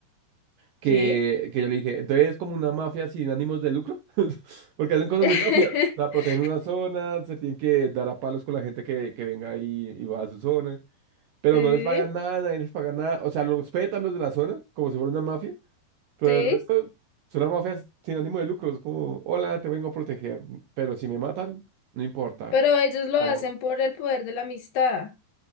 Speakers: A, on the right; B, on the left.
A: que,
B: sí.
A: que yo le dije, entonces es como una mafia sin ánimos de lucro, <laughs> porque hacen cosas
B: <laughs>
A: de mafia, o sea, protegen una zona, se tienen que dar a palos con la gente que, que venga y, y va a su zona, pero
B: Sí,
A: no
B: sí,
A: les pagan nada, nadie les paga nada, o sea, los respetan los de la zona, como si fuera una mafia, pero
B: sí.
A: el resto son una mafia sin ánimo de lucro, es como, hola, te vengo a proteger, pero si me matan, no importa,
B: Pero ellos lo
A: amor.
B: hacen por el poder de la amistad.